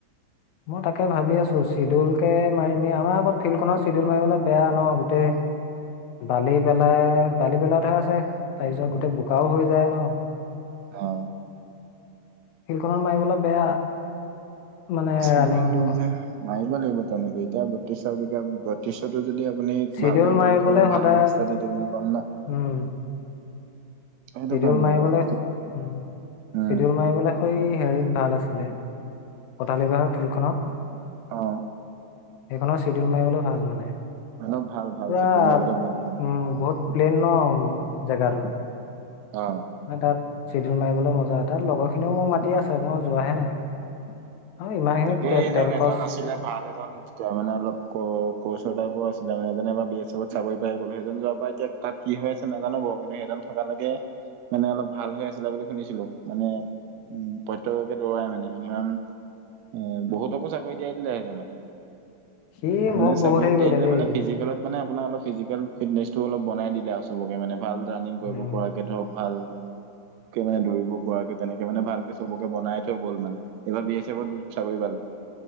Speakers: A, on the left; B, on the right.
A: মই তাকে ভাবি আছো চিডিউল কে মাৰি আমাৰ আকৌ ফিল্ড খত চিডউুল মাৰিবলৈ বেয়া ন গোটেই বালি পেলাই বালি পেলাইহে আছে তাৰপিছত গোটেই বোকাও হৈ যায় ন
B: অ
A: ফিল্ডখনত মাৰিবলে বেয়া। মানে
B: <unintelligible>
A: ৰানিংটো
B: মাৰিব লাগিব তেনেকে। এতিয়া বত্ৰিশ মিটাৰ বত্ৰিশতো যদি আপুনি
A: চিডিউল
B: ভাল টাইমত
A: মাৰিবলৈ
B: নোখুলাই
A: সদায়
B: ভাল মাৰ্কচ এটা দি দিম নাপাম ন।
A: উম
B: সেইটো
A: চিডিউল
B: কাৰণে
A: মাৰিবলৈ
B: অলপ
A: উ
B: উম
A: চিডিউল মাৰিবলৈ সৈ হেৰিত ভাল আছিলে কঠালিগহাৰ ফিল্ডখনত।
B: অ।
A: এইখনৰ চিডিউল মাৰিবলৈ ভাল মানে।
B: অলপ ভাল ভাল
A: পুৰা
B: চিটো মাৰিবলে বহুত ভাল
A: উম বহুত প্লেন ন জাগটো আৰু
B: অ
A: তাত চিদিউল মাৰিবলৈ মজা হয়। তাত লগৰ খিনিও মোক মাতি আছে। মই যোৱাহে নাই। আৰু ইমান খিনি
B: তাকেই
A: তেল
B: জন
A: খৰচ
B: এজন আছিলে ভাল এজন তেওঁ মানে অলপ ক কৰচৰ টাইপৰ আছিলে মানে যেনে আমাৰ বি এছ এফত চাকৰি পাই গ'লো। সেইজন যোৱাৰ পৰা এতিয়া তাত কি হৈ আছে নাজানো বাৰু। কিন্তু সেইজন থকালৈকে মানে অলপ ভাল হৈ আছিলে বুলি শুনিছিলো। মানে উম প্ৰত্যেককে দৌৰাই মানে। মিনিমাম এ বহুতকো চাকৰি দিয়াই দিলে সেইজনে।
A: সি
B: মানে
A: মোক বহুত
B: চাকৰিত
A: হেৰি
B: দিয়াই
A: কৰিলে
B: দিলে
A: দেই
B: মানে ফিজিকেলত মানে আপোনাৰ অলপ ফিজিকেল ফিটনেচটো অলপ বনাই দিলে আৰু চবকে মানে ভাল ৰানিং কৰিব
A: উম
B: পৰাকে। ধৰক ভাল কে মানে দৰিব পৰাকে তেনেকে মানে ভালকে চবকে বনাই থৈ গ'ল মানে। এইবাৰ বি এছ এফত গ চাকৰি পালে।